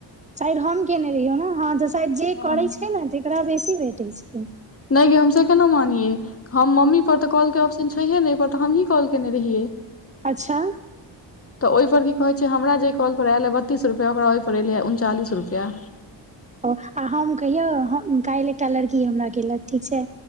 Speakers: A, on the right; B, on the left.
A: शायद हम कयने रहियौ ने हँ तऽ शायद जे
B: हँ
A: करैत छै ने तकरा बेसी भेटैत छै
B: नैय गे हम से केना मानिये हम मम्मी पर तऽ कॉलकेँ ऑप्शन छै ते नहि पर तऽ हमही कॉल केने रहियै
A: अच्छा
B: तऽ ओहिपर की कहैत छै हमरा जेहि कॉलपर आयलए बतीस रुपैआ ओकरा ओहिपर एयलैए उनचालीस रुपैआ
A: ओ आ हम कहियौ काल्हि एकटा लड़की हमरा केलक ठीक छै